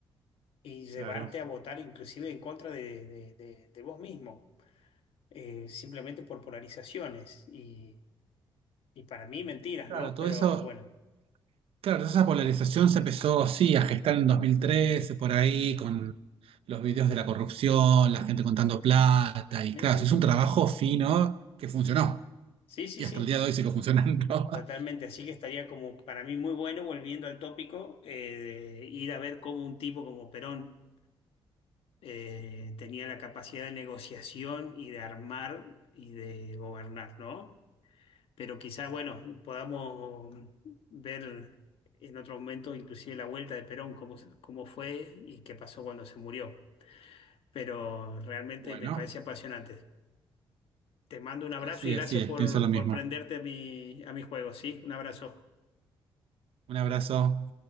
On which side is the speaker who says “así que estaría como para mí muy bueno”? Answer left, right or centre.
Left